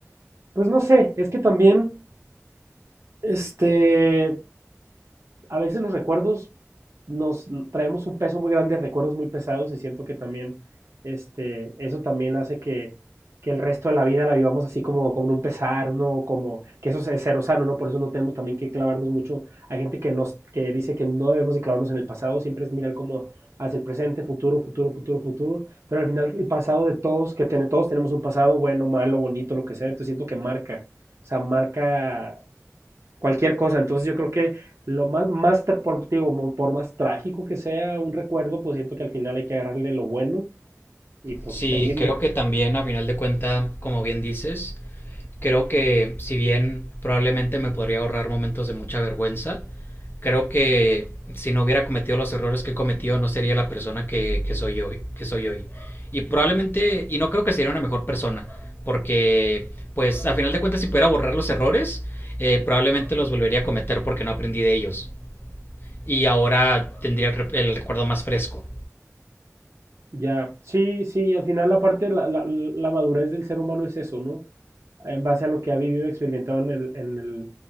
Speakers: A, on the right; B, on the left.
A: pues no sé, es que también, este, a veces los recuerdos nos traemos un peso muy grande, recuerdos muy pesados y siento que también este, eso también hace que, que el resto de la vida la vivamos así como con un pesar, ¿no? Como que eso es cero sano, ¿no? Por eso no tenemos también que clavarnos mucho. Hay gente que, nos, que dice que no debemos de clavarnos en el pasado, siempre es mirar como hacia el presente, futuro, futuro, futuro, futuro, pero al final el pasado de todos, que tiene, todos tenemos un pasado bueno, malo, bonito, lo que sea, entonces siento que marca, o sea, marca cualquier cosa. Entonces yo creo que lo más, más por, digo, por más trágico que sea un recuerdo, pues siento que al final hay que agarrarle lo bueno y pues
B: Sí,
A: seguirle.
B: creo que también a final de cuenta, como bien dices, creo que si bien probablemente me podría ahorrar momentos de mucha vergüenza, creo que si no hubiera cometido los errores que he cometido no sería la persona que, que soy hoy, que soy hoy. Y probablemente, y no creo que sería una mejor persona, porque pues a final de cuentas si pudiera borrar los errores, eh, probablemente los volvería a cometer porque no aprendí de ellos. Y ahora tendría el, re- el recuerdo más fresco.
A: Ya, sí, sí, al final la parte, la, la, la madurez del ser humano es eso, ¿no? en base a lo que ha vivido, experimentado en el, en el,